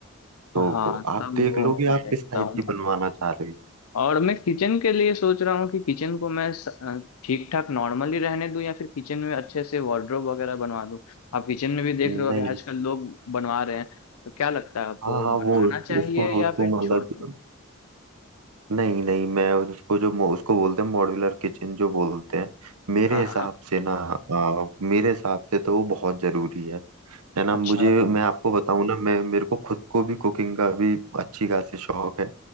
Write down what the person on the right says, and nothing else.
तो
आप
देख
लो कि
आप
किस टाइप
की बनवाना चाह रहे
हो
नहीं
नहीं
हाँ
हाँ
वो
उसको उसको
मतलब
नहीं नहीं मैं उसको जो मो- उसको बोलते हैं मॉड्यूलर किचन जो बोलते हैं मेरे
हिसाब
से ना आ, मेरे हिसाब से तो वो बहुत जरूरी है है ना
मुझे मैं आपको बताऊं ना मैं मेरे को खुद को भी कुकिंग का भी अच्छी खासी शौक है